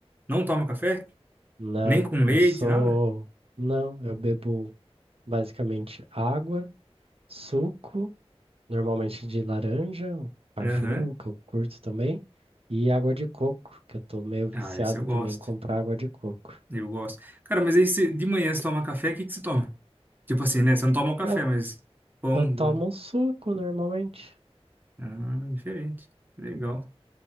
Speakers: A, on the right; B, on the right.
A: Não tomo café?
B: Não,
A: Nem com leite,
B: eu sou.
A: nada?
B: Não, eu bebo basicamente água, suco, normalmente de laranja, ou caju,
A: Aham.
B: que eu curto também, e água de coco, que eu tô meio viciado
A: Ah, esse eu gosto.
B: também em comprar água de coco.
A: Eu gosto. Cara, mas aí você- de manhã você toma café, o que que você toma? Tipo assim, né? Você não toma o café,
B: Eu,
A: mas pão.
B: eu tomo
A: com-
B: suco normalmente.
A: Ah, diferente. Legal.